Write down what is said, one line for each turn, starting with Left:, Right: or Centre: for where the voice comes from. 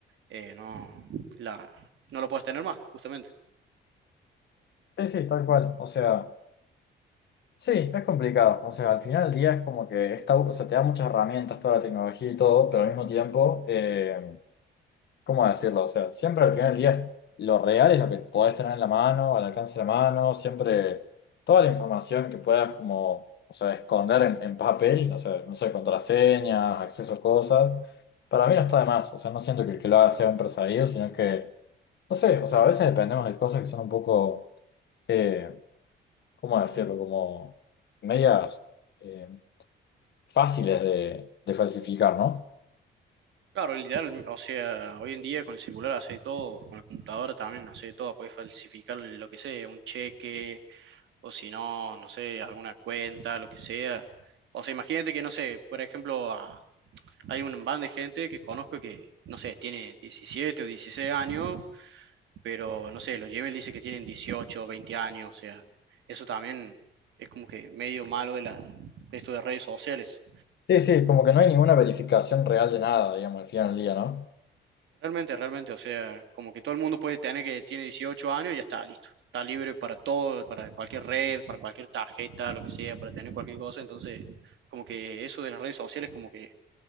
Right: eh, no, la, no lo puedas tener más, justamente.
Left: Sí, sí, tal cual. O sea, sí, es complicado. O sea, al final del día es como que está, o sea, te da muchas herramientas, toda la tecnología y todo, pero al mismo tiempo, eh, ¿cómo decirlo? O sea, siempre al final del día es- lo real es lo que podés tener en la mano, al alcance de la mano, siempre toda la información que puedas como, o sea, esconder en, en papel, o sea, no sé, contraseñas, acceso a cosas, para mí no está de más. O sea, no siento que el que lo haga sea un perseguido, sino que, no sé, o sea, a veces dependemos de cosas que son un poco eh, ¿cómo decirlo? Como medias eh, fáciles de, de falsificar, ¿no?
Right: Claro, literal, o sea, hoy en día con el celular hace todo, con la computadora también hace todo, puedes falsificar lo que sea, un cheque, o si no, no sé, alguna cuenta, lo que sea. O sea, imagínate que, no sé, por ejemplo, a- hay un band de gente que conozco que, no sé, tiene 17 o 16 años, pero, no sé, los Gmail dice que tienen 18 o 20 años, o sea, eso también es como que medio malo de la, de esto de redes sociales.
Left: Sí, sí, como que no hay ninguna verificación real de nada, digamos, al final del día, ¿no?
Right: Realmente, realmente, o sea, como que todo el mundo puede tener que tiene 18 años y ya está listo. Está libre para todo, para cualquier red, para cualquier tarjeta, lo que sea, para tener cualquier cosa. Entonces, como que eso de las redes sociales, como que